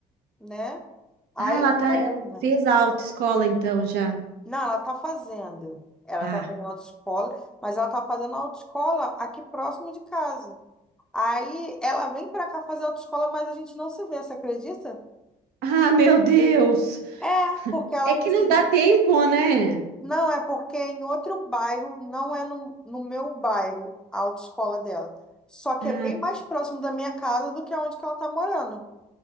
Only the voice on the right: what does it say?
ah, ela tá,
ela fez a autoescola então já.
Ah,
ah, meu Deus!
É que
não dá tempo, né?
Ah,